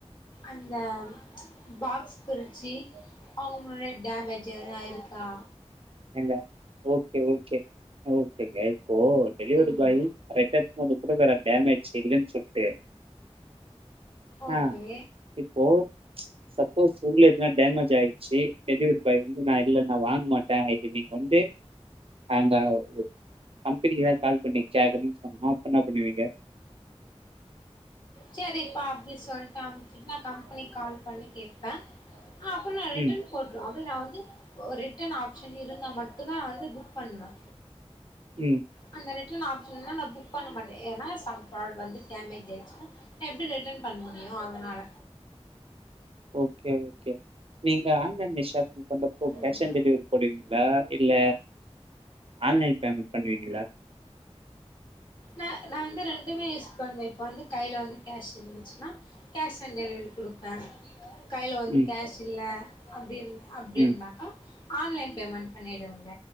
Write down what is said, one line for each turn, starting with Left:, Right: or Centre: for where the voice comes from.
Left: அந்த பாக்ஸ் பிரிச்சு அவங்கமுன்னாடியே டேமேஜ் எதுனா ஆயிருக்கா
Right: எங்க ஓகே ஓகே ஓகேங்க இப்போ டெலிவரி
Left: ம்
Right: பாய் கரக்ட் எத்துனு வந்து குடுக்கர டேமேஜ் இல்லன் சொல்ட்டு
Left: ஓகே
Right: ஆஹ் இப்போ சப்போஸ் உள்ள எதுனா டேமேஜ் ஆயிட்ச்சி டெலிவரி பாய் வந்து நா இல்ல நா வாங்க மாட்ட இது நீங்க வந்து அங்காவ் கம்பெனிக்குதா கால் பண்ணி கேக்கனு சொன்னா அப்ப என்ன பண்ணுவீங்க
Left: செரிப்பா அப்டின் சொல்ட்டு அம்ப்ச்சிட்டு நா கம்பெனிக் கால் பண்ணி கேப் ப அப்ப நா ரிட்டன்
Right: ம்,
Left: போட்ருவ அப்டி நா வந்து ரிட்டன் ஆப்ஷன் இருந்தா மட்டுந்தா நா வந்து புக் பண்ணுவ
Right: ம்
Left: அந்த ரிட்ர்ன் ஆப்ஷன் இல்லனா நா புக் பண்ண மாட்ட ஏனா சம் ப்ராடக்ட் வந்து டமேஜ் ஆய்ச்சின்னா எப்டி ரிட்டன் பண்ண முடியு அதனால
Right: ஓகே ஓகே நீங்க ஆன்லைன்ல ஷாப்பிங் பண்றப்போ
Left: ம்
Right: கேஷ் ஆன் டெலிவரி போடுவீங்களா இல்ல ஆன்லைன் பேமெண்ட் பண்ணுவீங்களா
Left: நா நா வந்து ரெண்டுமே யூஸ் பண்ணுவ இப்ப வந்து கைல வந்து கஷ் இருந்துச்சின்னா கஷ் ஆன் டெலிவரி குடுப்ப கைல வந்து
Right: ம்,
Left: கேஷ் இல்ல அப்டின் அப்டின்னாக்கா
Right: ம்,
Left: ஆன்லைன் பேமெண்ட் பண்ணிடுவங்க